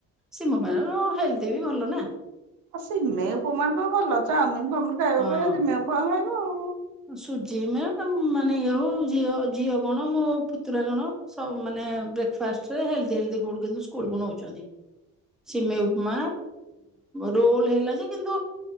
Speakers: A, in the centre; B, on the right.
A: ସିମ ପାଇଁ ହେଲଦି ବି ଭଲ ନା
B: ଆଉ ସିମେଇ ଉପମା ତ ଭଲ ଚାଓମି ଖାଇବା
A: ହଁ
B: ଅପେକ୍ଷା ସିମେଇ ଉପମା ଖାଇବ ଆଉ।
A: ସୁଜି ମା ମାନେ ଇଏ ହଉ ଝିଅ ଝିଅ କଣ ମୋ ପୁତୁରା କଣ ସବୁ ମାନେ ବ୍ରେକଫାଷ୍ଟରେ ହେଲଦି ହେଲଦି ଫୁଡ କିନ୍ତୁ ସ୍କୁଲ କୁ ନଉଛନ୍ତି ସିମେଇ ଉପମା ରୋଲ ହେଲା ଯେ କିନ୍ତୁ